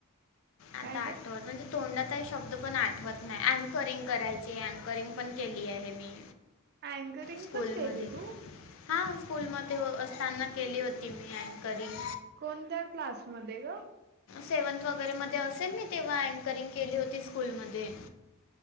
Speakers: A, on the left; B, on the right.
A: आता
B: काय
A: आठवत
B: ग
A: मंजे, तोंडात आहे शब्द पण आठवत नाही, अँकरिंग करायचे, अँकरिंग पण केली आहे मी.
B: <unintelligible>
A: स्कूलमध्ये
B: केली तू
A: हा स्कूलमध्ये असताना केली होती मी अँकरिंग.
B: कोणत्या क्लासमध्ये गं?
A: सेव्हन्थ वगैरे मध्ये असेल मी तेव्हा अँकरिंग केली होती स्कूलमध्ये.